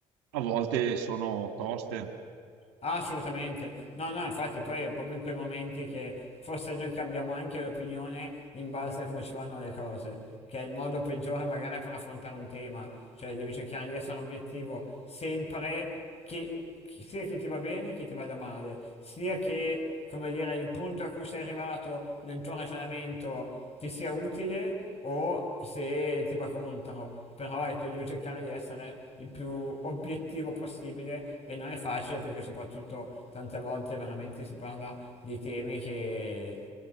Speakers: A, on the right; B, on the left.
A: a volte sono toste.
B: Ah, Assolutamente, no, no, infatti poi è proprio in quei momenti che forse noi cambiamo anche l'opinione in base a come ci vanno le cose, che è il modo peggiore magari per affrontare un tema, cioè devi cercare di essere obiettivo sempre che che- sia che ti va bene che ti vada male, sia che, come dire, il punto a cui sei arrivato nel tuo ragionamento ti sia utile o se ti va contro però ecco, devi cercare di essere il più obiettivo possibile e non è facile perché soprattutto tante volte veramente si parla di temi che,